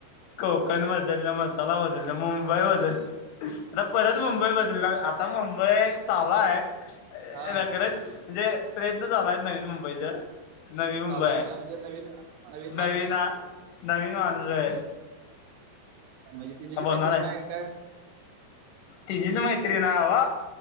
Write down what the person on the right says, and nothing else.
हा
चालू आहेत काय म्हणजे नवीन माणूस
म्हणजे तिझच
मैत्र
आय का काय?